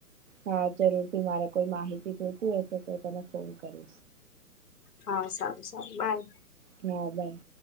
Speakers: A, on the right; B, on the left.
A: હા જરૂર થી મારે કોઈ માહિતી થતું હશે તો તમે ફોન કરો.
B: હા સારું સારું બાય.
A: હા બાયે.